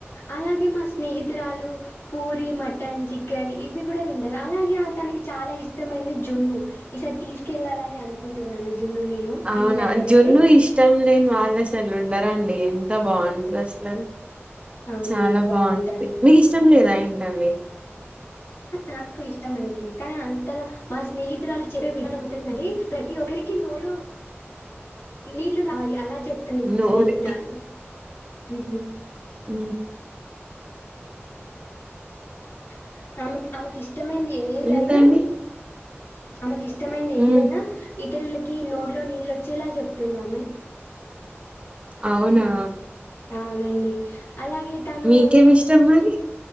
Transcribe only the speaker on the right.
అవునా
జున్ను
ఇష్టం లేని వాళ్ళు అసలు ఉండరండి ఎంత బాగుంటారు అసలు
చాలా
బాగుంటంది మీకు ఇష్టం లేదా ఆయం డి
నోరు
అ
ఇంకా అండి
ఉమ్
అవునా
మీకేమి ఇష్టం మరి